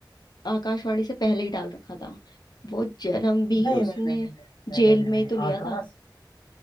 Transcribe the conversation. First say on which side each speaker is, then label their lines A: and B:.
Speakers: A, on the left; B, on the left.
A: आकाशवाणी से पहले ही डाल रखा था वो जन्म भी
B: नहीं
A: उसने
B: नहीं नहीं नहीं नहीं
A: जेल
B: नहीं नहीं नहीं
A: में
B: नहीं,
A: ही तो लिया
B: आकाश
A: था